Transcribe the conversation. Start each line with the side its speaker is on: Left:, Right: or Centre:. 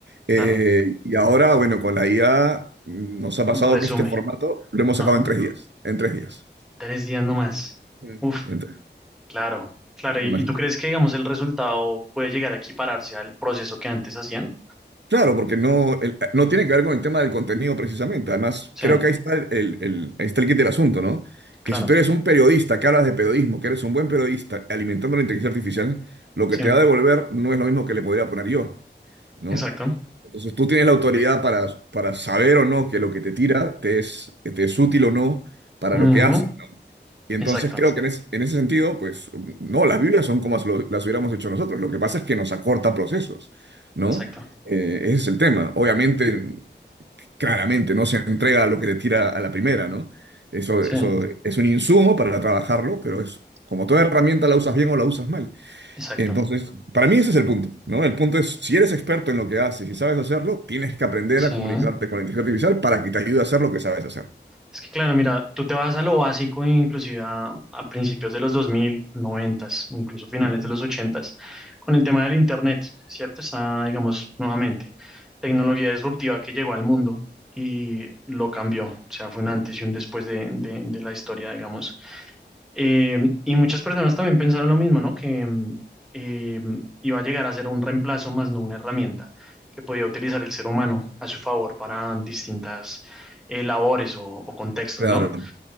Right: Eh,
Centre: Claro.
Right: y ahora, bueno, con la IA mm, nos ha pasado
Centre: Resume.
Right: que este formato lo hemos
Centre: Ajá.
Right: sacado en tres días. En tres días.
Centre: Tres días nomás.
Right: Mm.
Centre: Uf,
Right: En tres,
Centre: claro, claro.
Right: imagino.
Centre: ¿Y, y tú crees que, digamos, el resultado puede llegar a equipararse al proceso que antes hacían?
Right: Claro, porque no, el- no tiene que ver con el tema del contenido precisamente. Además,
Centre: Sí,
Right: creo que ahí está el, el- el- ahí está el kit del asunto, ¿no?
Centre: claro.
Right: Que si tú eres un periodista que hablas de periodismo, que eres un buen periodista alimentando la inteligencia artificial, lo
Centre: Sí,
Right: que te va a devolver no es lo mismo que le podría poner yo, ¿no?
Centre: exacto.
Right: Entonces tú tienes la autoridad para, para saber o no que lo que te tira te es, te es útil o no para
Centre: Ujú,
Right: lo que haces. Y entonces
Centre: Exacto,
Right: creo que en, es- en ese sentido, pues no, las Biblias son como lo- las hubiéramos hecho nosotros. Lo que pasa es que nos acorta procesos, ¿no?
Centre: exacto.
Right: Eh, ese es el tema. Obviamente, claramente, no se entrega lo que te tira a la primera, ¿no? Eso,
Centre: Sí,
Right: eso es un insumo para trabajarlo, pero es como toda herramienta la usas bien o la usas mal.
Centre: exacto.
Right: Entonces, para mí ese es el punto, ¿no? El punto es, si eres experto en lo que haces y sabes hacerlo, tienes que aprender
Centre: Sí.
Right: a comunicarte con la inteligencia artificial para que te ayude a hacer lo que sabes hacer.
Centre: Es que claro, mira, tú te vas a lo básico, inclusive a, a principios de los 2000, 90, incluso finales
Right: Ujú.
Centre: de los 80, con el tema del Internet, ¿cierto? Está, digamos, nuevamente, tecnología disruptiva que llegó al mundo y lo cambió. O sea, fue un antes y un después de, de- de la historia, digamos, eh, y muchas personas también pensaron lo mismo, ¿no? Que mm, eh, iba a llegar a ser un reemplazo más no una herramienta que podía utilizar el ser humano a su favor para distintas eh, labores o, o contextos,
Right: Claro.
Centre: ¿no?